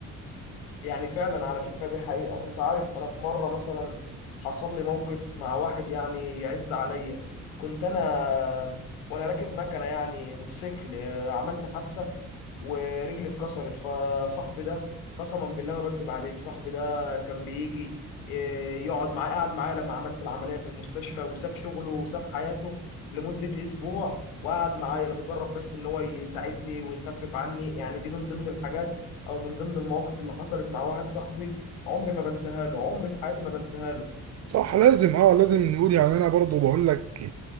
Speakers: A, on the left (about 75°); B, on the right (about 40°).
A: يعني فعلا على فكرة دي حقيقة انت عارف انا في مرة مثلا حصل لي موقف مع واحد يعني يعز عليا كنت انا وانا راكب مكنة يعني موتوسيكل آه، عملت حادثة ورجلي اتكسرت فصاحبي ده قسما بالله ما بكذب عليك صاحبي ده كان بيجي آه، يقعد معايا قعد معايا لما عملت العملية في المستشفى وساب شغله وساب حياته لمدة اسبوع وقعد معايا لمجرد بس ان هو يساعدني ويخفف عني يعني دي من ضمن الحاجات او من ضمن المواقف اللي حصلت مع واحد صاحبي عمري ما بنساها له عمري في حياتي ما بنساها له
B: صح لازم اه لازم نقول يعني انا برضو بقول لك